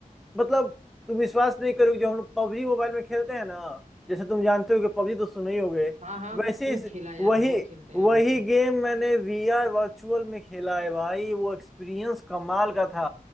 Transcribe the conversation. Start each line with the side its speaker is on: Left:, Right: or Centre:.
Centre: मतलब तुम विश्वास नहीं करोगे जो हम लोग पबजी मोबाइल में खेलते हैं ना जैसे तुम जानते हो कि पबजी तो सुने ही होगे
Right: हाँ हाँ
Centre: वैसे
Right: खूब
Centre: इस-
Right: खेला यार
Centre: वही
Right: बहुत खेलते हैं यार
Centre: वही
Right: वो तो
Centre: गेम मैंने वीआर वर्चुअल में खेला है भाई वो एक्सपीरियंस कमाल का था